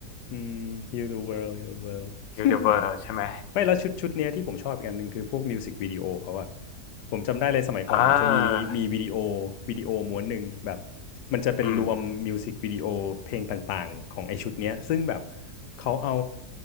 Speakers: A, on the left; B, on the left.
A: อืม Heal the world Heal the world
B: ยูนิเวอร์ใช่ไหม
A: <laughs> ไม่แล้วชุดชุดเนี้ยที่ผมชอบอีกอันหนึ่งคือพวกมิวสิกวิดีโอเขาอะผมจำได้เลยสมัยก่อนผมจะมีมีวิดีโอ
B: เออ
A: วิดีโอม้วนหนึ่งแบบมันจะเป็นรวมมิวสิกวิดีโอเพลงต่างๆของไอชุดเนี้ยซึ่งแบบ
B: อืม
A: เขาเอา